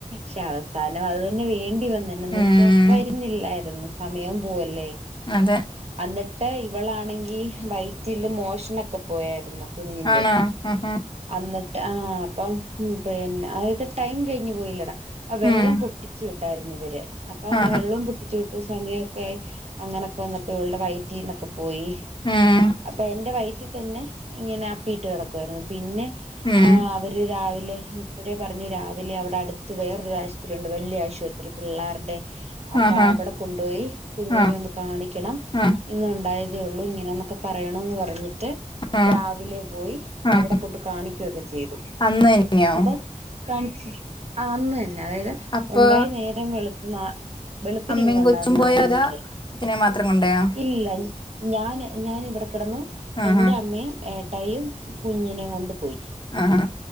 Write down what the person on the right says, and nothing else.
ശസ സാരം അത് തന്നെ വേണ്ടി വന്ന്. എന്നന്ന്
വെച്ചാ വരുന്നില്ലായിരുന്നു, സമയവും പോവല്ലേ
അന്നിട്ട് ഇവളാണെങ്കി വൈറ്റില് മോഷനൊക്കെ പോയായിരുന്നു കുഞ്ഞിന്റെ
അന്നിട്ട് ആ അപ്പം പിന്നെ അതായത് ടൈം കഴിഞ്ഞു പോയില്ലടാ. അ വെള്ളം
പൊട്ടിച്ചു വിട്ടായിരുന്നു ഇവര് അപ്പൊ ആ
വെള്ളം പൊ ട്ടിച്ചൂട്ട സമയൊക്കെ ആയി അങ്ങനൊക്കെ വന്നപ്പോ ഇവൾടെ വൈറ്റിന്നൊക്കെ പോയി.
അപ്പൊ എന്റെ വയറ്റിൽ തന്നെ ഇങ്ങനെ അപ്പിയിട്ട് കിടക്കുവായിരുന്നു പിന്നെ
ആഹ് അവര് രാവിലെ ഇപ്പടെ പറഞ്ഞു രാവി വിലെ അവിടെ അടുത്ത് വേറൊരാശുപത്രിണ്ട്. വല്യ ആശുപത്രി പിള്ളാരുടെ അപ്പ
അവിടെ കൊണ്ടോയി കുഞ്ഞിനെ
ഒന്ന് കാണിക്കണം
ഇന്നുണ്ടായതേ ഉള്ളു ഇങ്ങനെന്നൊക്കെ പറയണന്ന് പറഞ്ഞിട്ട്
രാവിലെ പോയി
അവിടെ കൊണ്ട് കാണിക്കുകയൊക്കെ ചെയ്തു
അപ്പൊ കാണി ആഹ് അന്ന് തന്നെ അതായത്
ഉണ്ടായി നേരം വെളുത്ത ന വെളുപ്പിനേ
ഇങ്ങനെ
ഉണ്ടാകുന്നേ.
നാലരക്ക്
ഇല്ലില്ല ഞാൻ ഞാനിവിടെ കിടന്നു.
എന്റെ അമ്മയും ഏട്ടായിയും കുഞ്ഞിനെയും കൊണ്ട് പോയി